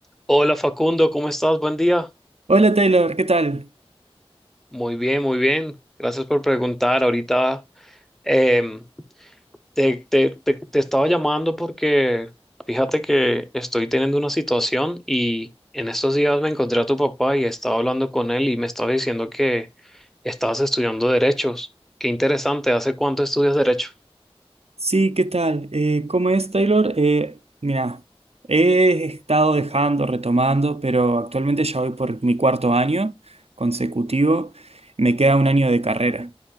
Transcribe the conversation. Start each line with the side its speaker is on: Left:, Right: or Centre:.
Centre: Hola Facundo, ¿cómo estás? Buen día.
Right: Hola Taylor, ¿qué tal?
Centre: Muy bien, muy bien. Gracias por preguntar. Ahorita em, te, te- te- te estaba llamando porque fíjate que estoy teniendo una situación y en estos días me encontré a tu papá y estaba hablando con él y me estaba diciendo que estabas estudiando derechos. Qué interesante. ¿Hace cuánto estudias derecho?
Right: Sí, ¿qué tal? Eh, ¿cómo es Taylor? Eh, mira, he estado dejando, retomando, pero actualmente ya voy por mi cuarto año consecutivo. Me queda un año de carrera